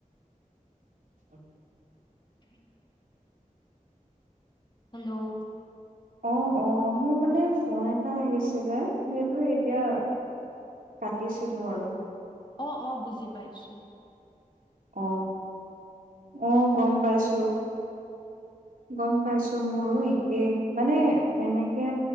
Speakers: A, on the right (about 75°); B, on the left (about 35°).
A: <unintelligible>
B: <unintelligible> হেল্ল'
A: অ অ মোৰ মানে ফোন এটা আহিছিলে সেইটো এতিয়া কাটিছিলো আৰু
B: অ অ বুজি পাইছো
A: অ অ গম পাইছো গম পাইছো মোৰো একেই মানে তেনেকে